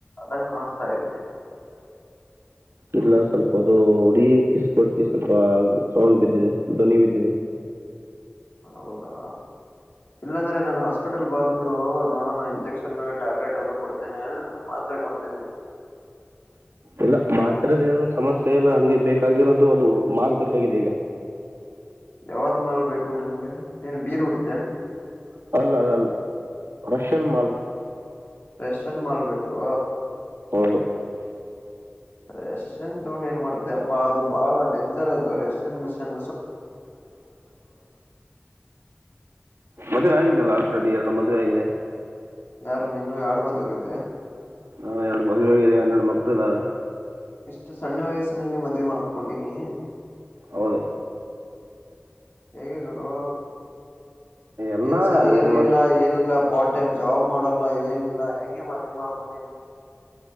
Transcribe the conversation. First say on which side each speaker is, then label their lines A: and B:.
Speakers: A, on the left; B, on the right.
A: ಅಂಗ ಕಾಣಸ್ತಾ ಇದೆ
B: ಇಲ್ಲ ಸ್ವಲ್ಪ ಅದು ಉಡಿ ಕಿಸ್ ಕೊೊಟ್ಟಿ ಸ್ವಲ್ಪ ಸೌಂಡ್ ಬಿದ್ದಿದೆ ಧ್ವನಿ ಬಿದ್ದಿದೆ
A: ಹೌದಾ ಇಲ್ಲಾಂದ್ರೆ ನನ್ ಹಾಸ್ಪಿಟಲ್ ಬಂದ್ಬಿಡು ನೋಡೋಣ ಇಂಜೆಕ್ಷನ್ ಟ್ಯಾಬ್ಲೆಟ್ ಅ ಕೊಡ್ತೇನೆ ಮಾತ್ರ ಕೊಡ್ತೇನೆ
B: ಇಲ್ಲ ಮಾತ್ರದೇನು ಸಮಸ್ಯೆ ಇಲ್ಲ ನನಗೆ ಬೇಕಾಗಿರೋದು ಅದು ಮಾಲ್ ಬೇಕಾಗಿದೆ ಈಗ
A: ಯಾವ್ದ್ ಮಾಲ್ ಬೇಕು ನಿನ್ಗ ಏನ್ ಬೀರ್ ಹೊಡೀತಿಯ ಹೇನು
B: ಅಲ್ಲ ಅದ ಅಲ್ಲ ರಷ್ಯನ್ ಮಾಲ್.
A: ರೆಸ್ನ್ ಮಾಲ್ಬೇಕು
B: ಹೌದು.
A: ರೆಷ್ಯನ್ ತಗೊಂಡು ಏನ್ ಮಾಡ್ತ ಅಪ್ಪಾ ಅದು ಬಹಳ ಡೇಂಜರ್ ಅದು ರೆಷನ್ ಗಷನ್
B: ಮದುವೆ ಆಗಿದಲ್ಲ ಆಲ್ರೆಡಿ ಎರಡು ಮದುವೆ ಆಗಿದೆ
A: ಯಾರು ನಿನ್ನ ಎರಡು ಮದೆ ಹೋಗಿದೆ
B: ಹಾ ಎರಡು ಮದುವ ಆಗ ಹನ್ನರಡು ಮ. ಹಲ್ಲೆ. <inaudible>
A: ಇಷ್ಟು ಸಣ್ಣ ವಯಸ್ಸಿನಲ್ಲಿ ಮದ್ವೆ ಮಾಡ್ಕೊಂಡಿನಿ.
B: ಹೌದು.
A: ಹೇಗೆ ಗುರು
B: ಎಲ್ಲಾ
A: ಏನ್ ಸ್ಯಾಲರಿ
B: ಮಾಡ್
A: ಇಲ್ಲ ಏನಿಲ್ಲ. ಪಾರ್ಟ್ ಟೈಮ್ ಜಾಬ್ ಮಾಡಲ್ಲ ಏನಿಲ್ಲ ಹೆಂಗೆ ಮದ್ವಿ ಮಾಡ್ಕೊಂಡು ಏನಿಲ್ಲ.